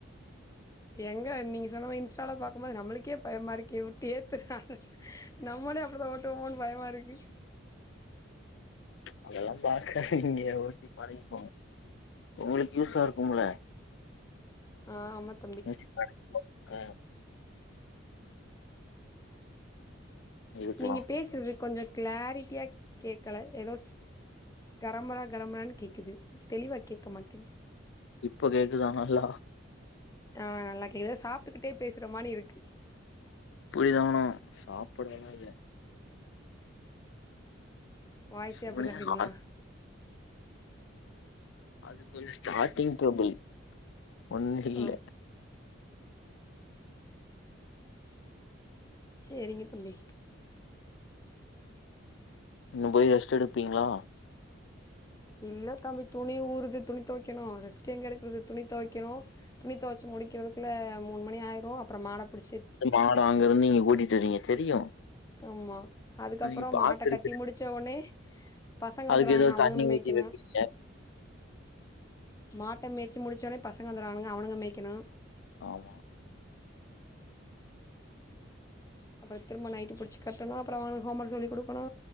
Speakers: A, on the left; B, on the left.
A: எங்க நீங்க சொன்னமேரி இன்ஸ்டால பாக்கும்போது நம்மளுக்கே பயமா இருக்கே விட்டு ஏத்துாரா நம்மளே அப்டிதா ஓட்டுமோனு பயமா இருக்கு
B: அதெல்லா பாக்காதீங்க ஓட்டி பழகிகோங்க உங்களுக்கு யூஸா இருக்கும்ல
A: ஆ அமத்
B: <unintelligible> ம் இதுக்கெல்லா
A: நீங்க பேசுறது கொஞ்சோ கிளாரிட்டியா கேக்கல எதோ கரம்பரா கரமுரானு கேக்குது தெளிவா கேக்க மாட்டேங்கு
B: இப்ப கேக்குதா நல்லா
A: ஆ நல்லா கேக்குது சாப்ட்டுக்கிட்டே பேசுற மாரி இருக்கு
B: எப்டிதானோ சாப்பிடலல்லா இல்ல
A: வாய்ஸே
B: சிவனே
A: அப்டி தான்றீங்ளா
B: அ- அது கொஞ்சோ ஸ்டார்டிங் ட்ரபுள் ஒண்ணு இல்ல
A: ஆ சேரிங்க தம்பி
B: இன்னு போய் ரெஸ்ட் எடுப்பீங்ளா
A: இல்ல தம்பி துணி ஊறுது துணி துவைக்கணு ரெஸ்ட் எங்க எடுக்றது துணி துவைக் வடிக்கணு துணி துவச்சி முடிக்கிறதுக்குள்ள மூணு மணி ஆய்டு அப்புறோ மாட புடிச்சி
B: மாட அங்கறந்து இங்க கூட்டிட்டு வறீங்க தெரியு
A: ஆமா அதுக்கப்புறோ
B: நீங்க பாத்துருக்க
A: மாட்ட கட்டி முடிச்சோனே பசங்க
B: அதுக்கு
A: வந்துருவாங்க
B: ஏதோ
A: அவனுங்கள
B: தண்ணி ஊத்தி
A: மேய்க்கணு
B: வைப்பீங்க
A: மாட்ட மேச்சி முடிச்சோனே பசங்க வந்துறுவானுங்க அவனுங்ள மேய்கணு
B: ஆமா
A: அப்புறோ திரும்ப நைட்டு பிடிச்சு கட்டணு அப்புறோ அவங்களுக்கு ஹோம் ஒர்க் சொல்லி கொடுக்ணு